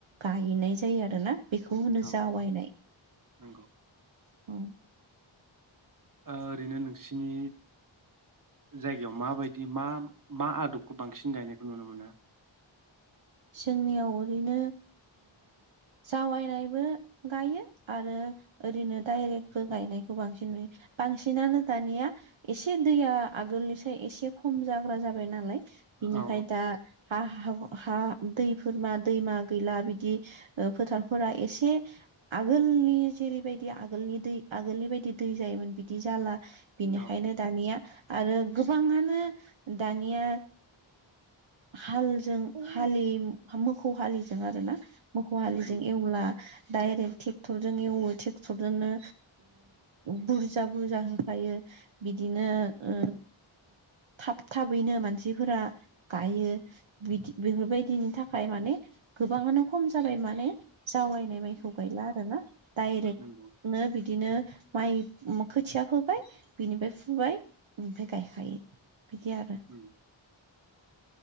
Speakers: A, on the right; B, on the right.
A: गायनाय जायो आरोना बेखौ होनो
B: औ
A: जावायनाय
B: औ नंगौ
A: औ
B: ओरैनो नोंसिनि जायगायाव माबायदि मा मा आदबखौ बांसिन गायनायखौ नुनो मोनो
A: जोंनियाव ओरैनो जावायनायबो गायो आरो ओरैनो दडाइरेक्बो गायनायखौ बांसिन नुङो बांसिनानो दानिया एसे दैया आगोलनिसाय एसे खम जाग्रा जाबाय नालाय बिनिखाय
B: औ
A: दा हा हा दैफोरमा दैमा गैला बिदि फोथारफोरा एसे आगोलनि जेरैबायदि आगोलनि दै आगोलनि बायदि दै जायोमोन बिदि जाला
B: औ
A: बिनिखायनो दानिया आरो गोबाङानो दानिया हालजों हालि मोसौ हालिजों आरो ना मोसौ हालिजों
B: उम
A: एवला डायरेक्ट टेक्टरजों एवो टेक्टरजोंनो बुरजा बुरजा होफायो यो बिदिनो ओ थाब थाबैनो मानसिफोरा गायो बिदि बेफोरबायदिनि थाखाय माने गोबाङानो खम जाबाय माने जावायनाय माइखौ गायला आरोना डाइरेक्टनो
B: नंगौ
A: बिदिनो माइ खोथिया फोबाय बिनिफ्राय फुबाय बेनिफ्राय गायखायो बिदि आरो
B: उम